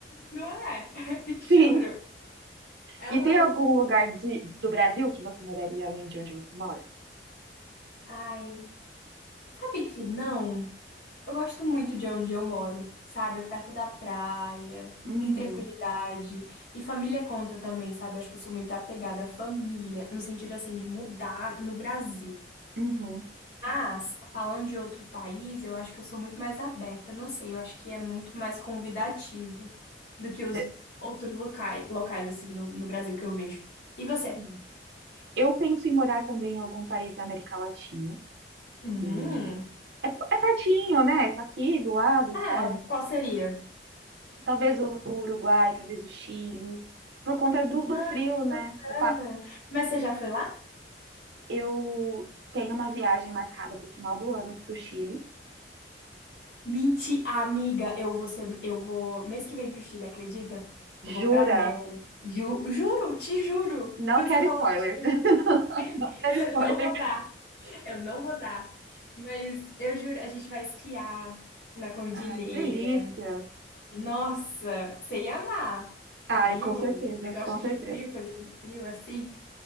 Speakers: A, on the left; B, on the right.
A: Não é? <laughs>
B: <laughs>
A: Juro.
B: sim.
A: É
B: E
A: uma
B: tem
A: loucura.
B: algum lugar de, do Brasil que você moraria além de onde você mora?
A: Ai, sabe que não? Eu gosto muito de onde eu moro, sabe? É Perto da praia,
B: Uhum,
A: tem tranquilidade. E família conta também, sabe? Acho que eu sou muito apegada à família, no sentido assim de mudar no Brasil.
B: uhum.
A: Mas, falando de outro país, eu acho que eu sou muito mais aberta. Não sei, eu acho que é muito mais convidativo do que os
B: É,
A: outros locais, locais assim, no, no Brasil que eu vejo. E você?
B: Sim. Eu penso em morar também em algum país da América Latina,
A: Hum,
B: que é, é pertinho, né? Tá aqui do lado e
A: é,
B: tal.
A: qual seria?
B: talvez o Uruguai, talvez o Chile, por conta do, do frio,
A: Ai, Que
B: né?
A: bacana.
B: Eu, pa-
A: Mas você já foi lá?
B: eu tenho uma viagem marcada para o final do ano para o Chile.
A: Menti, amiga, eu vou ser, eu vou, mês que vem pro Chile, acredita? Eu vou
B: Jura?
A: pra neve. Ju- juro, te juro.
B: Não
A: Quando
B: quero
A: você falou
B: spoiler.
A: disso, eu
B: <laughs>
A: falei,
B: Não quero
A: <laughs>
B: spoiler.
A: não vou dar. Eu não vou dar. Mas eu juro, a gente vai esquiar na cordilheira.
B: Ai, que delícia.
A: Nossa, você ia amar.
B: Ai,
A: Juro.
B: com certeza,
A: Você gosta
B: com certeza.
A: de frio, coisas de frio assim?